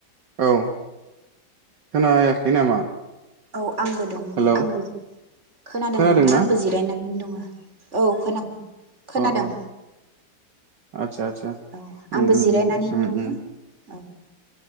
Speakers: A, on the right (about 65°); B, on the right (about 35°).
A: औ खोनायाखै नामा?
B: औ आंबो दं
A: हेलौ
B: आंबो खोनादों
A: खोनादोंना
B: नोंथां आंबो जिरायनानै दङो औ खोनादों खोनादों
A: अ अ आदसा आदसा
B: औ
A: उम
B: आंबो
A: उम
B: जिरायनानैनो
A: उम उम
B: दङो
A: उम
B: औ